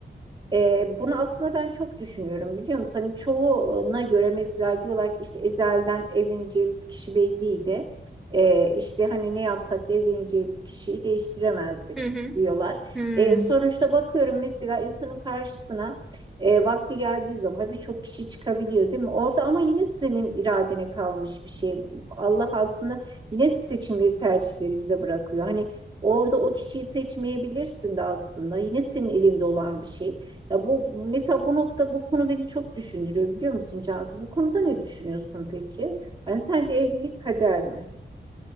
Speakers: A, on the right; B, in the centre.
A: E, bunu aslında ben çok düşünüyorum biliyor musun? Hani çoğuna göre mesela diyorlar ki işte ezelden evleneceğimiz kişi belliydi. E, işte hani ne yapsak da evleneceğimiz kişiyi değiştiremezdik
B: hı hı.
A: diyorlar.
B: Hmm.
A: E, sonuçta bakıyorum mesela insanın karşısına e, vakti geldiği zaman birçok kişi çıkabiliyor değil mi? Orada ama yine senin iradene kalmış bir şey. Allah aslında yine seçimleri tercihleri bize bırakıyor. Hani orada o kişiyi seçmeyebilirsin de aslında. Yine senin elinde olan bir şey. Ya bu mesela bu nokta bu konu beni çok düşündürüyor biliyor musun Cansu? Bu konuda ne düşünüyorsun peki? Ben sence evlilik kader mi?